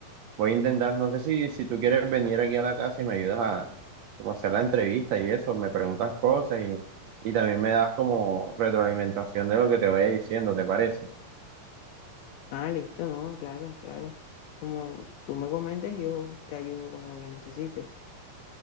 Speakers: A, on the right; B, on the left.
A: voy a intentar, no sé si, si tú quieres venir aquí a la casa y me ayudas a como hacer la entrevista y eso, me preguntas cosas y, y también me das como retroalimentación de lo que te vaya diciendo, ¿te parece?
B: Ah, listo, no, claro, claro. Como tú me comentes, yo te ayudo con lo que necesites.